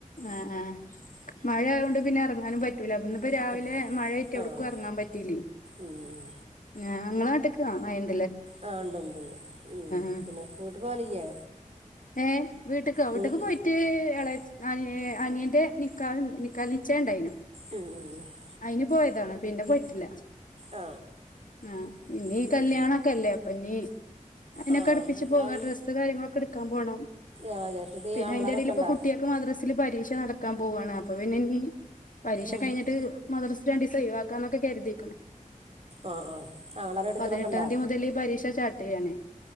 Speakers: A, on the left (about 70°); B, on the right (about 50°).
A: ആ ആ മഴ ആയതുകൊണ്ട് പിന്നെ ഇറങ്ങാനും പ പറ്റൂല ഇന്നിപ്പോ രാവിലെ
B: പറ്റ്
A: മഴ ആയിട്ട് എവിട്ക്കും
B: ആഹ്
A: ഇറങ്ങാൻ പറ്റിലെ
B: ഉം ഉം
A: ആഹ് ഇങ്ങള നാട്ടിക്ക്‌ ആ അയണ്
B: ആ ഇണ്ടു ഇണ്ടുണ്ട് ഉം
A: ആഹ്
B: പിന്നെ വീട്ടിക്ക് പോവലില്ലേ
A: ഏഹ് വീട്ടക്കോ വീട്ടിക്ക്
B: വീട്
A: പോയിട്ട് എള അനി അനിയന്റെ നിക്കാഹ്‌ നിക്കാഹ്‌ നിശ്ചയണ്ടായിനു
B: ഉം ഉം
A: അയിന് പോയതാണ് പിന്നെ പോയിട്ടില്ല
B: ആ
A: ആഹ് ഇനീ കല്യാണൊക്കെല്ലേ
B: ഉം
A: അപ്പൊ ഇനി അതിനൊക്കെ
B: ആ
A: അടുപ്പിച്ച്
B: എത്ര
A: പോകുവ
B: ആൾ
A: ഡ്രസ്സ് കാര്യങ്ങളൊക്കെ എടുക്കാൻ പോണം
B: ആ ജ്യേഷ്ഠത്തി
A: പിന്നെ
B: ആങ്ങളാരൊക്കെ
A: അതിന്റെ ഇടയിൽ ഇപ്പോ
B: ഉണ്ടോ
A: കുട്ടിയക്ക് മദ്രസയിൽ പരീക്ഷ നടക്ക ക്കാൻ പോവയാണ് അപ്പൊ പിന്നെ ഇനി പരീക്ഷ
B: ആ
A: കഴിഞ്ഞിട്ട് മദ്രസ രണ്ടിസം ഒഴിവാക്കൊന്നൊക്കെ കരുതിയിക്ണ്
B: ആ ആങ്ങളാരും ഏട്ടത്തിയാളൊക്കെ
A: പതിനെട്ടാം
B: ഉണ്ടോ
A: തിയ്യതി മുതൽ പരീക്ഷ സ്റ്റാർട്ടെയാണ്